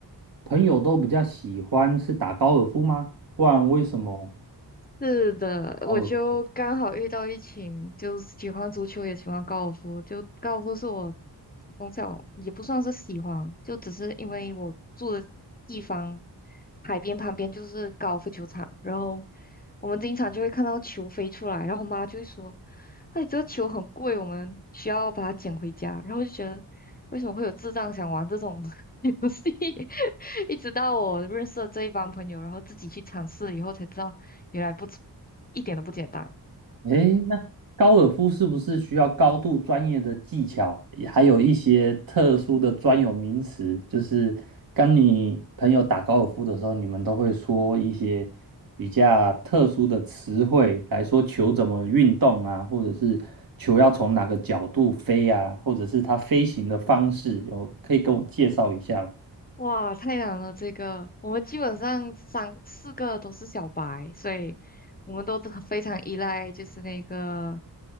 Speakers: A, on the right; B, on the left.
A: 朋友都比较喜欢是打高尔夫吗？不然为什么
B: 是的，
A: 高尔
B: 我就刚好遇到一群就是喜欢足球也喜欢高尔夫，就高尔夫是我从小也不算是喜欢，就只是因为我住的地方海边旁边就是高尔夫球场，然后我们经常就会看到球飞出来，然后我妈就会说：“哎，这个球很贵，我们需要把它捡回家。”然后就觉得为什么会有智障想玩这种 <laughs> 游戏？<laughs> 一直到我认识了这一帮朋友，然后自己去尝试以后才知道。原来不简，一点都不简单。
A: 诶，那高尔夫是不是需要高度专业的技巧，也还有一些特殊的专有名词？就是跟你朋友打高尔夫的时候，你们都会说一些比较特殊的词汇来说球怎么运动啊，或者是球要从哪个角度飞啊，或者是它飞行的方式，有可以跟我介绍一下吗？
B: 哇，太难了！这个我们基本上三四个都是小白，所以我们都很非常依赖就是那个，